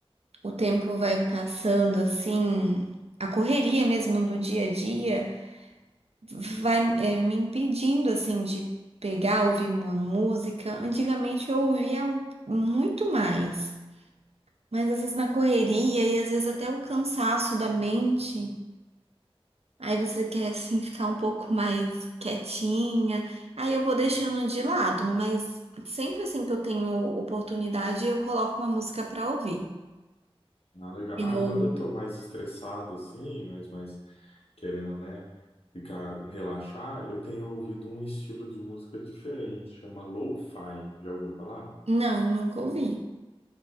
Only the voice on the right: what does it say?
o tempo vai passando assim, a correria mesmo do dia a dia vai é, me impedindo assim de pegar, ouvir uma música. Antigamente eu ouvia muito mais. Mas às vezes na correria e às vezes até o cansaço da mente, aí você quer assim ficar um pouco mais quietinha. Aí eu
vou deixando de lado, mas sempre assim que eu tenho oportunidade, eu coloco uma música pra ouvir.
Eu,
Não, nunca ouvi.